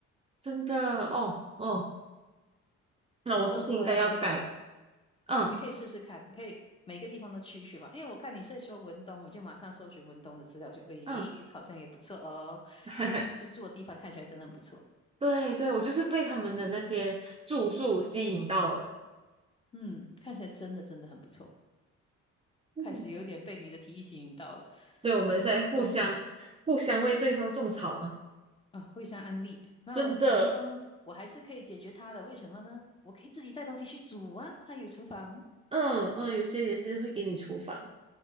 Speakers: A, on the right; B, on the left.
A: 真的，哦哦，那我是不是应该要改？
B: 不过如果要去的话，
A: 嗯
B: 你可以试试看，可以每个地方都去一去嘛。因为我看你在说文东，我就马上搜寻文东的资料，就诶，
A: 嗯，
B: 好像也不错哦。
A: <laughs>
B: 就住的地方看起来真的很不错，
A: 对对，我就是被他们的那些住宿吸引到了，
B: 嗯，看起来真的真的很不错。
A: 嗯，
B: 开始有一点被你的提议吸引到了，
A: 所以我们在互相互相为对方种草嘛。
B: 但是重点啊，惠山安利，然后文东，
A: 真的。
B: 我还是可以解决他的。为什么呢？我可以自己带东西去煮啊，他有厨房，
A: 嗯嗯，有些也是会给你厨房，